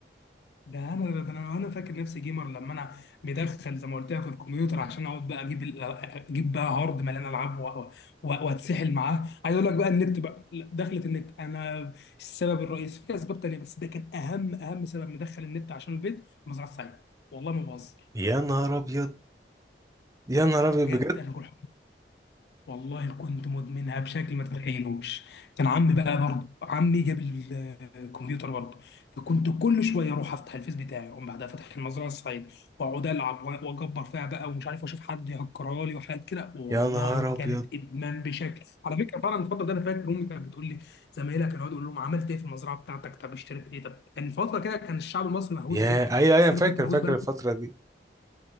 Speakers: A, on the left (about 70°); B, on the right (about 20°).
A: ده انا ده انا انا فاكر نفسي جيمر لما انا مدخل زي ما قلت لك الكمبيوتر عشان اقعد بقى اجيب ال- اجيب بقى هارد مليان العاب و- و- واتسحل معاه عايز اقول لك بقى النت بقى لا، دخلت النت انا السبب الرئيسي في اسباب تانيه بس ده كان اهم اهم سبب مدخل النت عشان البيت مزرعه سعيد والله ما بهزر
B: يا نهار ابيض يا نهار ابيض
A: بجد
B: بجد
A: انا كنت والله كنت مدمنها بشكل ما تتخيلوش كان عمي بقى برضه عمي جاب ال- الكمبيوتر برضه فكنت كل شويه اروح افتح الفيس بتاعي اقوم بعدها فاتح المزرعه السعيد واقعد العب وأ- واكبر فيها بقى ومش عارف واشوف حد يهكرها لي وحاجات كده والله
B: يا نهار ابيض
A: كانت ادمان بشكل على فكره فعلا الفتره دي انا فاكر امي كانت بتقول لي زمايلها كانوا يقعدوا يقولوا لهم عملت ايه في المزرعه بتاعتك طب اشتريت ايه طب كان فتره كده كان الشعب المصري مهووس
B: يا
A: بيه
B: اي اي
A: بس
B: انا
A: انا
B: فاكر
A: كنت مهووس
B: فاكر
A: بقى
B: الفتره دي